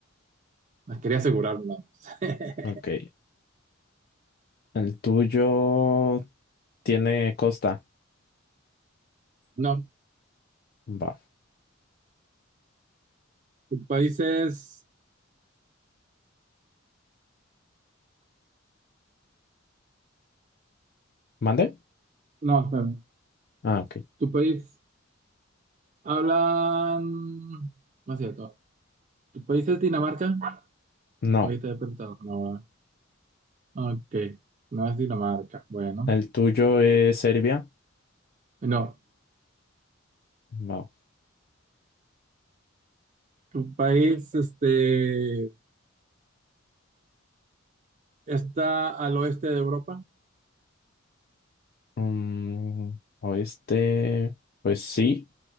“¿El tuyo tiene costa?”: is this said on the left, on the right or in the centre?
Left